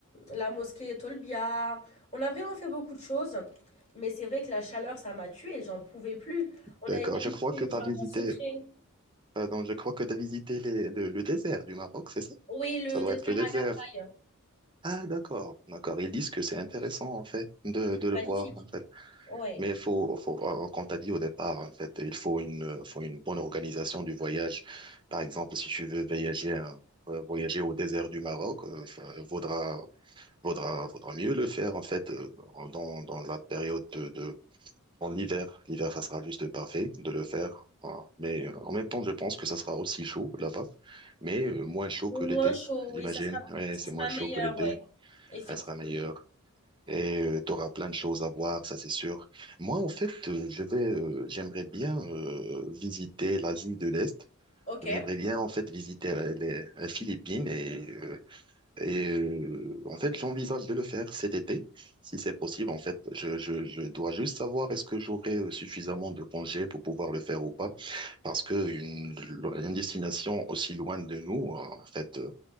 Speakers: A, on the left; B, on the right.
A: la mosquée Tolbia. On a vraiment fait beaucoup de choses, mais c'est vrai que la chaleur, ça m'a tuée, j'en pouvais plus. On
B: D'accord.
A: a également
B: Je crois
A: fait
B: que
A: le
B: tu
A: jardin
B: as visité
A: secret.
B: Euh, donc, je crois que tu as visité les- le, le désert du Maroc, c'est ça?
A: Oui, le
B: Ça doit
A: désert
B: être le désert.
A: à Agafay,
B: Ah, d'accord, d'accord. Ils disent que c'est intéressant, en fait, de, de le
A: magnifique.
B: voir, en fait.
A: Oui,
B: Mais il faut, faut, euh, comme t'as dit au départ, en fait, il faut une, euh, faut une bonne organisation du voyage. Par exemple, si tu veux voyager, hein, euh, voyager au désert du Maroc, euh, enfin, vaudra, vaudra, vaudra mieux le faire, en fait, euh, dans, dans la période de de, en hiver, l'hiver, ça sera juste parfait de le faire. Voilà. Mais euh, en même temps, je pense que ça sera aussi chaud là-bas, mais euh, moins chaud
A: Et
B: que
A: moins
B: l'été,
A: chaud,
B: j'imagine.
A: oui, ça sera,
B: Ouais,
A: ça
B: c'est
A: sera
B: moins chaud
A: meilleur,
B: que l'été.
A: oui, effectivement.
B: Ça sera meilleur. Et tu auras plein de choses à voir, ça c'est sûr. Moi, en fait, euh, je vais, euh, j'aimerais bien euh, visiter l'Asie de l'Est.
A: Ok.
B: J'aimerais bien, en fait, visiter la- les, les Philippines et euh, et euh, en fait, j'envisage de le faire cet été, si c'est possible. En fait, je, je, je dois juste savoir est-ce que j'aurai euh, suffisamment de congés pour pouvoir le faire ou pas, parce que une, une destination aussi loin de nous, euh, en fait, euh,